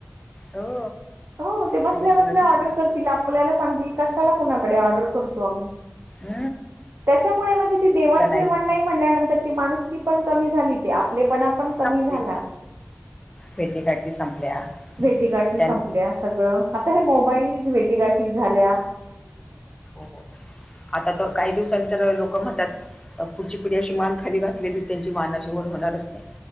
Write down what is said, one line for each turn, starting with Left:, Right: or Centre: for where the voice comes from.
Left: हो
Right: हो ते बसल्या
Left: त्यांना सगळं
Right: बसल्या ऑर्डर करतील आपल्याला सांगतील कशाला कुणाकडे ऑर्डर करतो आम्ही
Left: हम्
Right: त्याच्यामुळे म्हणजे ती देवाणघेवाण
Left: नाहीत
Right: नाही म्हणल्यानंतर ती माणुकी पण क झाली आपले पण पण कमी
Left: संपली
Right: झाला
Left: भेटे काट संपल्या
Right: भेटीगाठी
Left: त्यां
Right: संपल्या सगळं आता हे मोबाईलनीच भेटीगाठी झाल्या
Left: हो आता तर काही दिवसां तरर लोक लक म्हतात पुढची पिढी अशी मान खाली घातलेली त्यांची मान अशी वर होणारच नाही.